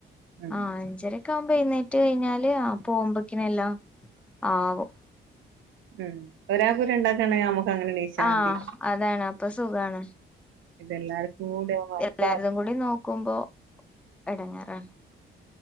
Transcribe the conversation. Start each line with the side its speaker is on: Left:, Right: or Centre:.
Right: ഉം
Centre: ആഹ് അഞ്ചരക്കെ ആവുമ്പോഴുന്നേറ്റ് കഴിഞ്ഞാല് ആ പോകുമ്പോക്കിനെല്ലാം ആവും
Right: ഉം ഒരാക്ക് രണ്ടാക്കണങ്കിൽ നമക്ക് അങ്ങനെ
Centre: ആഹ്
Right: മതി
Centre: അതാണ് അപ്പൊ സുഖാണ്
Right: ഇതെല്ലാർക്കും കൂടി ആവുമ്പോ അഞ്ചാൾ
Centre: എല്ലാര്തു കൂടി നോക്കുമ്പോ എടങ്ങേറാണ്